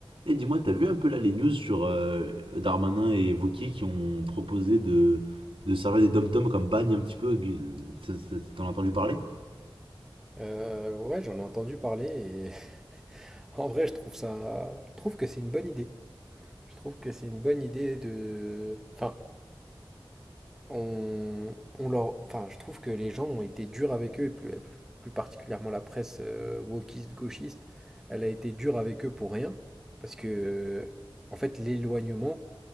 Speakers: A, on the right; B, in the centre.
A: Et dis-moi, t'as vu un peu là les news sur euh, Darmanin et Wauquiez qui ont proposé de, de servir des dom-toms comme bagne un petit peu gu- ça- ça- T'en as entendu parler?
B: Euh, ouais, j'en ai entendu parler et <laughs> en vrai, je trouve ça, je trouve que c'est une bonne idée. Je trouve que c'est une bonne idée de, enfin, on, on leur, enfin, je trouve que les gens ont été durs avec eux, et plus, plus particulièrement la presse euh, wokiste, gauchiste, elle a été dure avec eux pour rien, parce que, euh, en fait, l'éloignement